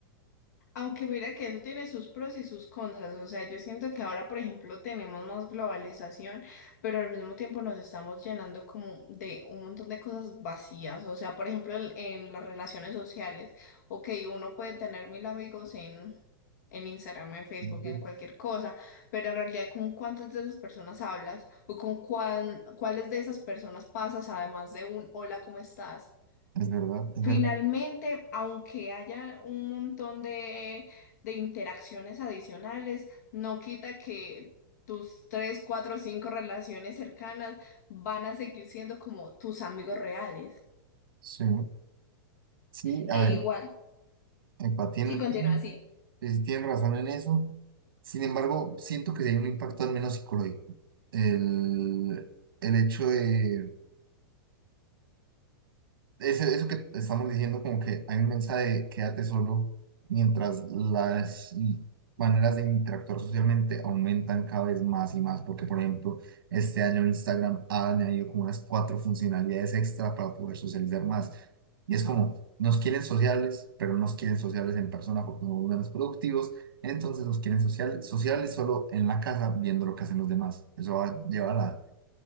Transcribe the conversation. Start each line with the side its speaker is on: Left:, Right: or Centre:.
Left: Aunque mira que eso tiene sus pros y sus contras, o sea, yo siento que ahora, por ejemplo, tenemos más globalización, pero al mismo tiempo nos estamos llenando como de un montón de cosas vacías, o sea, por ejemplo, en, en las relaciones sociales, ok, uno puede tener mil amigos en, en Instagram, en Facebook,
Right: Sí.
Left: en cualquier cosa, pero en realidad con cuántas de esas personas hablas o con cuán- cuáles de esas personas pasas además de un hola, ¿cómo estás?
Right: Es verdad, es
Left: Finalmente,
Right: verdad.
Left: aunque haya un montón de, de interacciones adicionales, no quita que tus tres, cuatro o cinco relaciones cercanas van a seguir siendo como tus amigos reales.
Right: Sí. Sí,
Left: E
Right: a ver,
Left: igual,
Right: empatía en
Left: si
Right: el
Left: continúa
Right: team.
Left: así.
Right: eh, tienen razón en eso. Sin embargo, siento que sí hay un impacto al menos psicológico. El, el hecho de, ese- eso que estamos diciendo, como que hay un mensaje de quédate solo mientras las i- maneras de interactuar socialmente aumentan cada vez más y más, porque por ejemplo, este año Instagram ha añadido como unas cuatro funcionalidades extra para poder socializar más. Y es como, nos quieren sociales, pero no nos quieren sociales en persona porque somos menos productivos, entonces nos quieren sociales, sociales solo en la casa viendo lo que hacen los demás. Eso va a llevar a